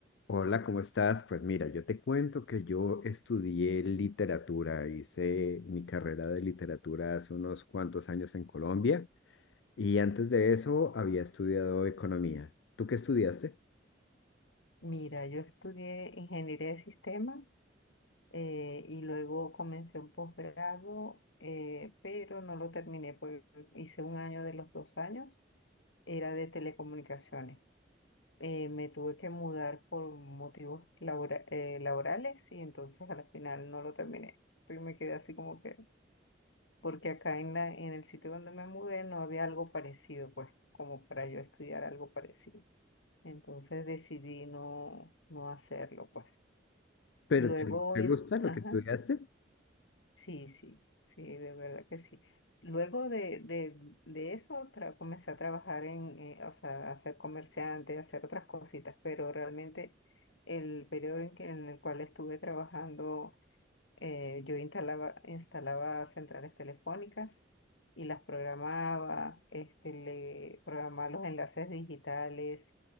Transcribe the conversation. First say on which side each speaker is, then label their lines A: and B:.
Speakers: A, on the left; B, on the left.
A: Hola, ¿cómo estás? Pues mira, yo te cuento que yo estudié literatura, hice mi carrera de literatura hace unos cuantos años en Colombia y antes de eso había estudiado economía. ¿Tú qué estudiaste?
B: Mira, yo estudié ingeniería de sistemas eh, y luego comencé un posgrado, eh, pero no lo terminé porque hice un año de los dos años, era de telecomunicaciones. Eh, me tuve que mudar por motivos labora- eh, laborales y entonces al final no lo terminé. Y me quedé así como que, porque acá en la, en el sitio donde me mudé no había algo parecido, pues, como para yo estudiar algo parecido. Entonces decidí no, no hacerlo, pues.
A: ¿Pero
B: Luego,
A: te, te
B: en-
A: gusta lo
B: ajá,
A: que estudiaste?
B: sí, sí, sí, de verdad que sí. Luego de, de, de eso, tra- comencé a trabajar en, eh, o sea, a ser comerciante, a hacer otras cositas, pero realmente el periodo en que- en el cual estuve trabajando eh, yo instalaba, instalaba centrales telefónicas y las programaba, este, le programaba los enlaces digitales.